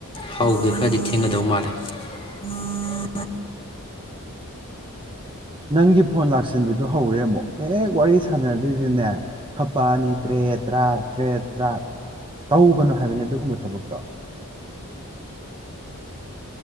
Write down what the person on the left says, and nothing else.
ꯍꯧꯕꯗꯤ ꯈꯔꯗꯤ ꯊꯦꯡꯒꯗꯧ ꯃꯥꯜꯂꯦ ꯎꯝ